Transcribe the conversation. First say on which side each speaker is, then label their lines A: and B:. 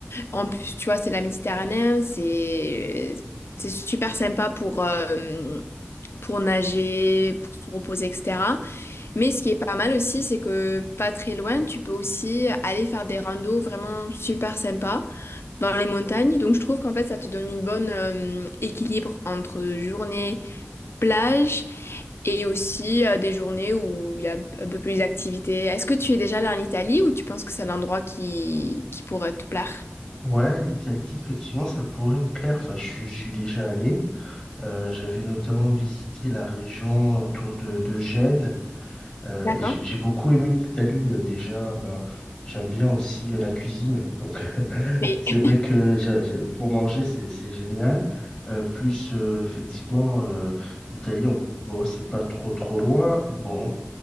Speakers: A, on the left; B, on the left.
A: En plus, tu vois, c'est la Méditerranée, c'est c'est super sympa pour euh, pour nager, pour se reposer, etc. Mais ce qui est pas mal aussi, c'est que pas très loin, tu peux aussi aller faire des randos vraiment super sympas dans les montagnes. Donc je trouve qu'en fait ça te donne une bonne euh, équilibre entre journée plage et aussi euh, des journées où il y a un peu plus d'activités. Est-ce que tu es déjà allé en Italie ou tu penses que c'est un endroit qui, qui pourrait te plaire?
B: Ouais, l'Italie, effectivement, ça pourrait me plaire. Enfin, je, je suis déjà allé. Euh, j'avais notamment visité la région autour de, de Gênes euh,
A: D'accord.
B: et j'ai j'ai beaucoup aimé l'Italie euh, déjà. Ben, j'aime bien aussi euh, la cuisine, donc <laughs>
A: Mais
B: c'est vrai que j'a- j'a- pour manger c'est c'est génial. Euh, plus euh, effectivement euh, l'Italie, on- bon c'est pas trop trop loin. Bon